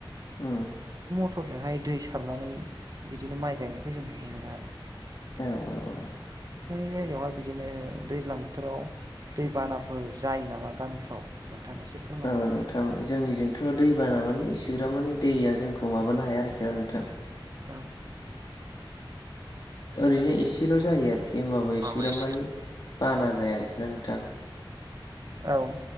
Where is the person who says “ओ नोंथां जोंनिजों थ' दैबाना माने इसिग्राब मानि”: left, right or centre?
Left